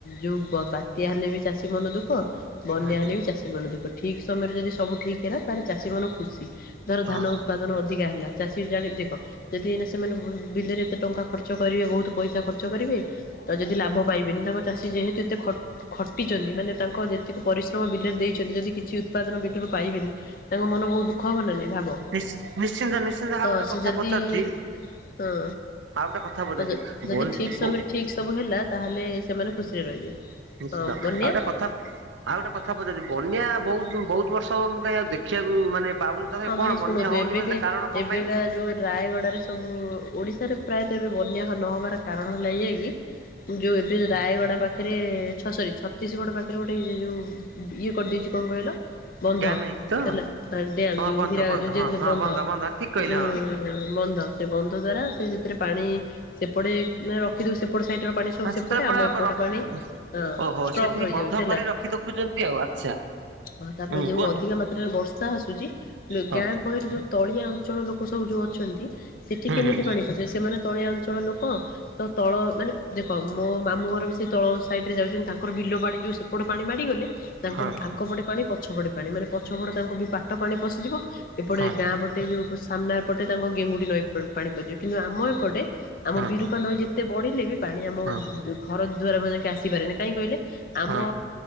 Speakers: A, on the left; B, on the right.
A: ଯୋଉ ବ-ବାତ୍ୟା ହେଲେ ବି ଚାଷୀ ମନ ଦୁଃଖ। ବନ୍ୟା
B: ହଁ
A: ହେଲେ ବି ଚାଷୀ ମନ ଦୁଃ <inaudible> ତ ଠିକ ସମୟରେ ଯଦି ସବୁ ଠିକ୍ ହେଲା ତାହେଲେ ଚାଷୀ ମନ ଖୁସି। ଧର
B: ହଁ
A: ଧାନ ଉତ୍ପାଦନ ଅଧିକା ହେଲା ଚାଷୀ ଜାଣି ଦେଖ ଯଦି ଏଇନା ସେମାନେ ବୁ-ବିଲରେ ଏତେ ଟଙ୍କା ଖର୍ଚ୍ଚ କରିବେ, ବହୁତ ପଇସା ଖର୍ଚ୍ଚ କରିବେ। ତ ଯଦି ଲାଭ ପାଇବେନି, ତାଙ୍କ ଚାଷୀ ଯେହେତୁ ଏତେ ଖ ଖଟିଚନ୍ତି ମାନେ ତାଙ୍କ ଯେତିକି ପରିଶ୍ରମ ବିଲରେ ଦେଇଛନ୍ତି ଯଦି କିଛି ଉତ୍ପାଦନ ବିଲରୁ ପାଇବେନି। ତାଙ୍କ ମନ ବହୁତ ଦୁଃଖ ହବ ନା ନାଇଁ। ଭାବ,
B: ନିଶ୍ଚି ନିଶ୍ଚିନ୍ତ ନିଶ୍ଚିନ୍ତ
A: ତ
B: ଆଉ ଗୋଟେ
A: ସେ
B: କଥା
A: ଯଦି
B: ପଚାରୁଛି
A: ହଁ
B: ଆଉ ଗୋଟେ କଥା ପଚାରୁଛି
A: ତ ଯ-ଯଦି
B: ବନ
A: ଠିକ ସମୟରେ
B: ବ
A: ଠିକ ସବୁ ହେଲା ତାହେଲେ ସେମାନେ ଖୁସିରେ ରହିବେ।
B: ନିଶ୍ଚିିତ,
A: ହଁ ବନ୍ୟା
B: ଆଉ ଗୋଟେ କଥା ଆଉ ଗୋଟେ କଥା ପଚାରୁଚି। ବନ୍ୟା ବଉତ ଉଁ, ବହୁତ ବର୍ଷ ହବ ମୁଁ କାଇଁ ଆଉ ଦେ ଖିବାକୁ ମାନେ ପାଉନି, ତଥାପି
A: ହଁ ଭାଇ
B: କଣ
A: ଶୁଣନ୍ତୁ
B: ବନ୍ୟା ହଉନି
A: ଏବେକେ
B: ମାନେ ତା କାରଣ କଣ
A: ଏବେକା
B: ପାଇଁ?
A: ଯୋଉ ରାୟଗଡାରେ ସବୁ ଓଡିଶାରେ ପ୍ରାୟତ ଏବେ ବନ୍ୟା ହ- ନହବାର କାରଣ ହେଲା ଏଇଆ କି ଉଁ, ଯୋଉ ଏଡି ରାୟଗଡା ପାଖରେ ଛ- ସରି ଛତିଶଗଡ ପାଖରେ ଗୋଟେ ଇଏ ଯୋଉ ଇଏ କରିଦେଇଛି କଣ କହିଲ? ବନ୍ଧ
B: ଡ୍ୟାମ ହେଇଛି ତ
A: ହେଲା ଡ୍ୟାମ୍ ରେ
B: ହଁ
A: ଯୋଉ
B: ବନ୍ଦ
A: ହୀରା
B: ବନ୍ଦ
A: ଯୋଉ
B: ହଁ
A: ଯେମତି
B: ହଁ
A: ବନ୍ଧ,
B: ବନ୍ଦ ବନ୍ଦ ଠିକ କହିଲେ
A: ତ ସେଉଠୁ
B: ହଁ।
A: <inaudible> ବନ୍ଧ ସେ ବନ୍ଧ ଦ୍ଵାରା ସେ ସେଥିରେ ପାଣି ସେପଟେେ ନେ ରଖିଦଉ ସେପଟେ ସାଇଡ୍ ର ପାଣି ଛ
B: ହଁ
A: ସେପଟେ
B: ସେତେବେଳେ ପୁରା
A: ଆମ ଏପଟେ
B: ବ ରଖି
A: ପାଣି ଅ,
B: ଓହୋ
A: ଷ୍ଟ୍ରକ୍
B: ସେଠି
A: ରହିଯାଉଛି
B: ବନ୍ଧ
A: ହେଲା।
B: କରି ରଖି ଦେଖୁଛନ୍ତି ଆଉ ଆଚ୍ଛା।
A: ଓ ତାପରେ
B: ହୁଁ
A: ଯୋଉ
B: କୁହନ୍ତୁ
A: ଅଧିକା ମାତ୍ରାରେ ବର୍ଷା ଆସୁଛି ଲ-ଗାଁ
B: ହଁ
A: ଗହଳିରେ ଯୋଉ ତଳିଆ ଅଞ୍ଚଳ ଲୋକ ସବୁ ଯୋଉ ଅଛନ୍ତି। ସେଠି
B: ହୁଁ
A: କେମିତି
B: ହୁଁ
A: ପାଣି ପସେ, ସେମାନେ ତଳିଆ ଅଞ୍ଚଳ ଲୋକ ତ ତଳ ମାନେ ଦେଖ ମୋ ମାମଁ ଘର ବି ସେଇ ତଳ ସାଇଡ଼ରେ ଯାଉଚନ୍ତି। ତାଙ୍କର ବିଲ ପାଣି ଯୋଉ ସେପଟ ପାଣି ମାଡ଼ିଗଲେ ତାଙ୍କ
B: ହଁ
A: ଆଗପଟେ ପାଣି ପଛପଟେ ପାଣି ମାନେ ପଛପଟେ ତାଙ୍କ ବି ପାଟ ପାଣି ପଶିଯିବ। ଏପଟେ
B: ହଁ
A: ଗାଁ ପଟେ ଯୋଉ ସାମ୍ନା ପଟେ ତାଙ୍କ ଗେଙ୍ଗୁଡି ନଈ ପା-ପାଣି ପଶିଯିବ। କିନ୍ତୁ ଆମ ଏପଟେ ଆମ
B: ହଁ ହଁ
A: ବିରୂପା ନଈ ଯେତେ ବଢ଼ିଲେ ବି ପାଣି ଆମ
B: ହଁ
A: ଦୁ-ଘର ଦୁଆର <inaudible> ଯାଙ୍କେ ଆସିପାରେନି। କାହିଁକି କହିଲେ? ଆମ
B: ହଁ